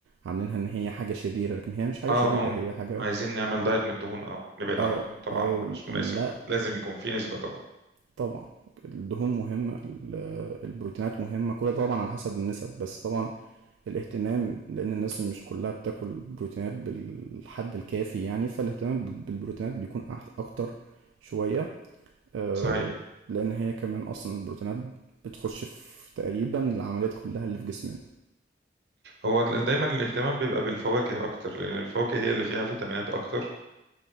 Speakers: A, on the right (about 85°); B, on the right (about 60°).
A: عاملينها إن هي حاجة شريرة لكن هي مش حاجة
B: اه
A: شريرة
B: اه
A: هي حاجة
B: عايزين نعمل دايت من الدهون او نبعد
A: أو
B: عن الدهون طبعا
A: أو
B: ده مش
A: لأ
B: مناسب لازم يكون في نسبة طبعا
A: طبعا الدهون مهمة ال- البروتينات مهمة كل ده طبعا على حسب النسب بس طبعا الاهتمام لأن الناس مش كلها بتاكل بروتينات بالحد الكافي يعني فالاهتمام بال- بالبروتينات بيكون أح- أكتر شوية آه،
B: صحيح
A: لأن هي كمان أصلا البروتينات بتخش في تقريبا العمليات كلها اللي في جسمنا
B: هو ال- دايما الاهتمام بيبقى بالفواكه اكتر لان الفواكه هي اللي فيها فيتامينات اكتر